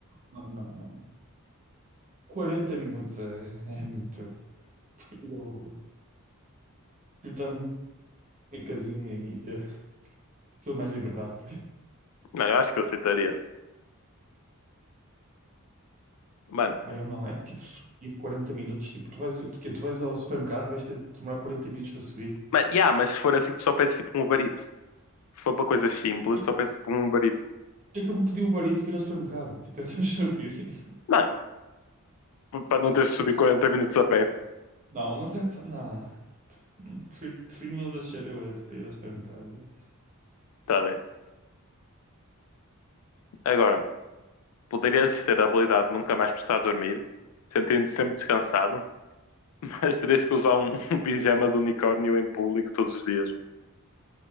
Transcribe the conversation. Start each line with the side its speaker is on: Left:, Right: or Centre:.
Right: Não, não, não. quarenta minutos é, é muito tempo. Eu fui estar na minha casinha e ter tudo mais liberdade.
Left: Mano, eu acho que eu aceitaria. Mano,
Right: Pai, eu não. É que tipo subir quarenta minutos. Tipo, tu vais, tu, quê? tu vais ao supermercado e vais ter de demorar 40 minutos para subir.
Left: mano, yeah, mas se for assim, tu só pedes tipo um Uber Eats. Se for para coisas simples,
Right: Tipo,
Left: só peço por um barito.
Right: É que eu vou pedir o Uber Eats para ir ao supermercado. Tipo, é tão <laughs> estúpido isso.
Left: Mano, p- para não teres de subir quarenta minutos a pé.
Right: Não, mas é... tão- Não. Prefiro, prefiro mil vezes ser eu, é tipo, ir ao supermercado.
Left: Tá bem. Agora, poderias ter a habilidade de nunca mais precisar dormir, sentindo-te sempre descansado, <laughs> mas terias que usar um, um pijama de unicórnio em público todos os dias.